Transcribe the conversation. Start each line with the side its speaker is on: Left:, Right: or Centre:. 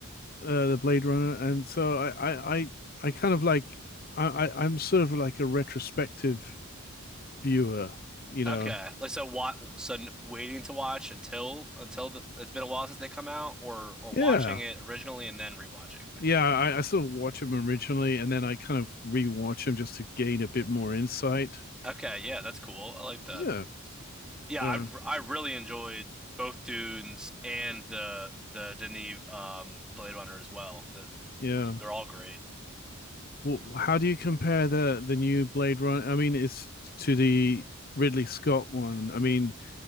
Left: uh the Blade Runner, and so I I I, I kind of like I I- I'm sort of like a retrospective viewer, you know.
Centre: Okay, like so, what? So, n- waiting to watch until until the, it's been a while since they come out, or or
Left: Yeah.
Centre: watching it originally and then rewatching.
Left: Yeah, I, I sort of watch them originally and then I kind of rewatch them just to gain a bit more insight.
Centre: Okay, yeah, that's cool. I like that.
Left: Yeah.
Centre: Yeah,
Left: Uh,
Centre: I r- I really enjoyed both Dunes and the the Denis um Blade Runner as well. The,
Left: yeah.
Centre: the they're all great.
Left: Well, how do you compare the the new Blade Runner? I mean, it's to the Ridley Scott one. I mean,